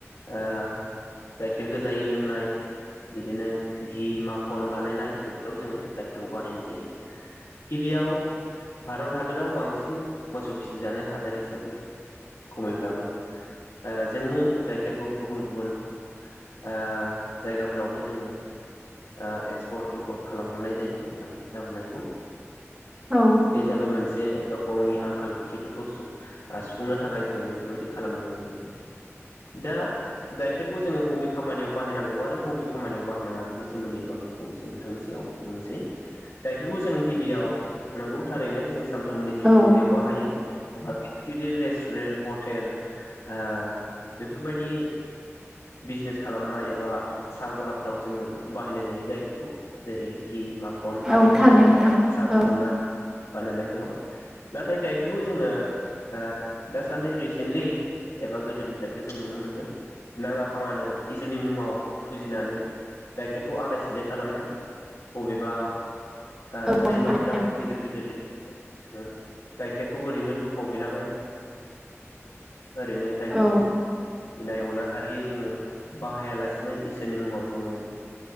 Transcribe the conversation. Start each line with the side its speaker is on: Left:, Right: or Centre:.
Left: ओ गाइखेर गो जायै लोंनाय बिदिनो घि माखन बानायनाय बेफोराव जोंङो गाइखेरखौ बाहायनाय जायो। गिबियाव भारत हादराव बांसिन मोसौ फिसिजानाय हादोर हिसाबै खमैब्लाबो ओ जोंङो गाइखेरखौ गुबुन गुबुन ओ जायगाफ्रावबो जोंङो ओ एक्सपर्ट इम्पर्ट खालामहरनाय जायो नां लाबोनायखौ
Right: औ
Left: बे जाबाय मोनसे गाव गावनि आंखालथिफोरखौ सुं सुफुंनो थाखाय जोंङो बेफोरबायदि खालामनो गोनां जायो। दा गाइखेरखौ जोंङो बबे खामानियाव बाहायनांगौ आरो बबे खामानियाव बाहायनाङा बिनि सोमोन्दैबो आङो फंनैसै नोंथांनिसिम आव बुंसै गाइखेरखौ जों गिबियाव नंगौ थारैनो जों सानफ्रोमबोनि जिउ
Right: औ
Left: खुंनायावबो हायो एबा गिदि गिदिर रेस्टुरेन्ट हटेल ओ बेफोरबायदि बिजनेस खालामनाय एबा सागलाफ्राव जोंङो बाहायनाय जायो गाइखेरखौ जेरै घि माख खन
Right: औ
Left: बेफोरबायदि
Right: थारैनो नोंथां
Left: साहा
Right: औ
Left: फुदुंनाय बानायनायफोराव नाथाय गाइखेरखौ जोङो ओ दासान्दि रिसेन्टलि एबा गोदोनिफ्रायबो जों नुनो मोनदों नांङा फाङानो इसोरनि मुंङाव फुजिनानै गाइखेरखौ आलाय सिलाय खालामनाय बबेबा ओ
Right: औ
Left: दैमाफोराव
Right: थारै
Left: गिदिर गिदिर लैथो फोराव जोङो गाइखेरखौ ओरैनो लु फावहैलाबायनाय ओरैनो गाइखेरखौ
Right: औ
Left: इनाय अनाय फारियै जोंङो बाहायालासिनो इसोरनि मुंङाव जोङो